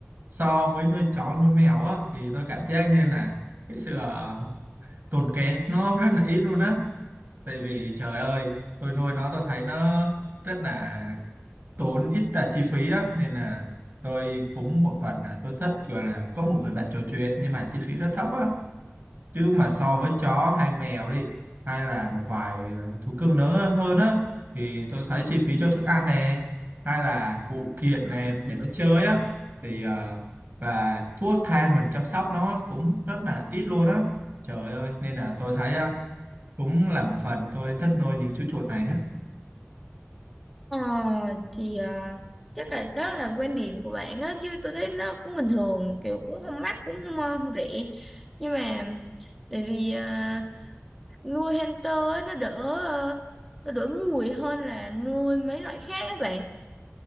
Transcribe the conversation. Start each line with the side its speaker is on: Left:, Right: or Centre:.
Right: so với nuôi chó nuôi mèo á thì tôi cảm giác như là cái sự ờ, tốn kém nó rất là ít luôn á tại vì trời ơi tôi nuôi nó tôi thấy nó rất là tốn ít là chi phí á nên là tôi cũng một phần là tôi thích gọi là có một người bạn trò chuyện nhưng mà chi phí rất thấp á chứ mà so với chó hay mèo đi hay là một vài ờ, thú cưng nữa hơn á thì tôi thấy chi phí cho thức ăn nè hay là phụ kiện nè để nó chơi á thì ờ, và thuốc thang mình chăm sóc nó cũng rất là ít luôn á trời ơi nên là tôi thấy ờ, cũng là một phần tôi thích nuôi những chú chuột này á
Centre: Ờ thì à, chắc là đó là quan điểm của bạn á chứ tôi thấy nó cũng bình thường kiểu cũng không mắc cũng không, ờ, không rẻ nhưng mà tại vì à, nuôi hamster á, nó đỡ ờ, nó đỡ mùi hơn là nuôi mấy loại khác các bạn